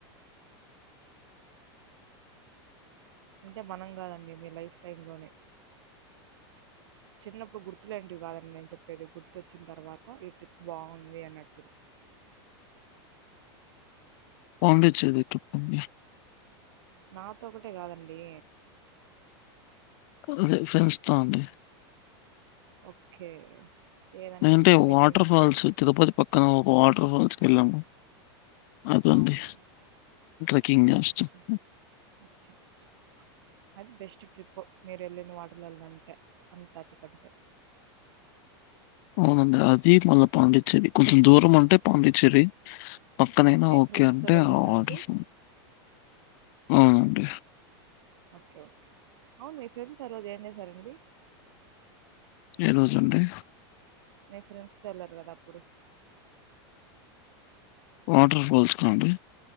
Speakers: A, on the right; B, on the left.
A: అంటే మనం కాదండి మీ లైఫ్ టైమ్ లోనే చిన్నప్పుడు గుర్తు లాంటివి కాదండి నేను చెప్పేది గుర్తొచ్చిన తర్వాత ఈ ట్రిప్ బాగుంది అన్నట్టు
B: పాండిచ్చేరి ట్రిప్ అండి
A: నాతో ఒకటే కాదండి
B: అదే ఫ్రెండ్స్‌తో అండి
A: ఓకే ఏదండి
B: ఎంటే
A: మీరు మీ
B: వాటర్
A: ఫ్రెండ్స్తో
B: ఫాల్స్
A: వెళ్ళి
B: తిరుపతి పక్కన ఒక వాటర్ ఫాల్స్‌కి ఎళ్ళాము అదండి
A: అవునండి
B: ట్రెక్కింగ్ చేస్తాం
A: అచ్చా అచ్చచ్ అది బెస్ట్ ట్రిప్పు మీరు వెళ్ళిన వాటిలల్లో అంటే అంతటికంటే
B: అవునండి అది మళ్ళా పాండిచ్చేరి కొంచెం దూరం ఉంటే పాండిచ్చేరి పక్కనైనా
A: మీ
B: ఓకే
A: ఫ్రెండ్స్తో
B: అంటే
A: వెళ్ళిందండి
B: ఆర్డర్స్ అవుండి
A: ఓకే ఓకే అవును మీ ఫ్రెండ్స్ ఆ రోజు ఏం చేశారండి
B: ఏ రోజు అండి
A: ప్చ్ మీ ఫ్రెండ్స్ తో వెళ్లారు కదా అప్పుడు
B: వాటర్ ఫాల్స్ కా అండి